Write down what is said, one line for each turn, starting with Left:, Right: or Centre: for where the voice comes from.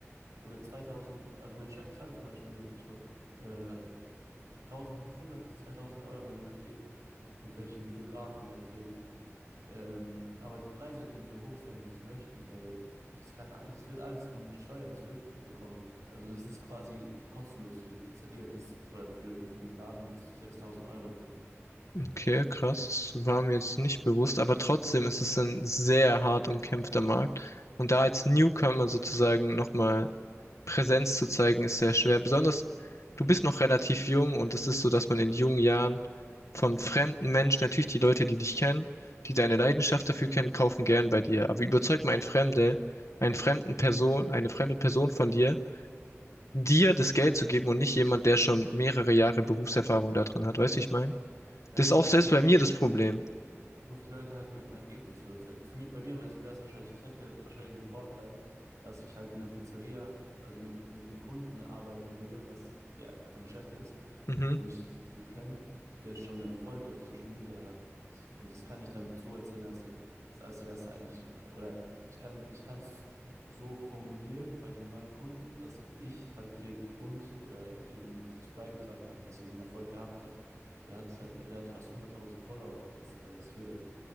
Right: oder 2000, also mein Chef zahlt zum Beispiel, ich glaube, äh, 1500 bis 2000 Euro, je nachdem, mit welchem Videografen er dreht. Ähm, aber die Preise können so hoch sein, wie sie möchten, weil das kann, das wird alles von den Steuern zurückbekommen. Also das ist quasi kostenlos für die Pizzeria bis oder für, für den Laden bis zu 6000 Euro im Jahr.
Left: Okay, krass. War mir jetzt nicht bewusst, aber trotzdem ist es ein sehr hart umkämpfter Markt. Und da als Newcomer sozusagen nochmal Präsenz zu zeigen, ist sehr schwer. Besonders, du bist noch relativ jung und es ist so, dass man in jungen Jahren von fremden Menschen, natürlich die Leute, die dich kennen, die deine Leidenschaft dafür kennen, kaufen gern bei dir. Aber überzeug mal einen Fremde, einen fremden Person, eine fremde Person von dir, dir das Geld
Right: Ja,
Left: zu geben und nicht jemand, der schon mehrere Jahre Berufserfahrung da drin hat. Weißt du, wie ich meine?
Right: ja,
Left: Das
Right: du
Left: ist auch
Right: musst
Left: selbst
Right: die Leute
Left: bei mir das Problem.
Right: Du musst die Leute halt mit dem Ergebnis überzeugen. Zu mir, bei mir wäre es wahrscheinlich, ich hätte wahrscheinlich den Vorteil, dass ich halt in einer Pizzeria, also mit, mit einem Kunden arbeiten würde, was der mein Chef ist,
Left: Mhm,
Right: den ich so gut kenne, der schon einen Erfolg auf Social Media hat. Und das kann ich dann so erzählen, als hätte, als wäre es eigentlich, oder ich kann, ich kann es so formulieren bei den neuen Kunden, dass ich halt der Grund oder irgendwie dazu beigetragen hat, dass er den Erfolg gehabt hat. Der hat, der hat fast hunderttausend Follower auf Insta. Das würde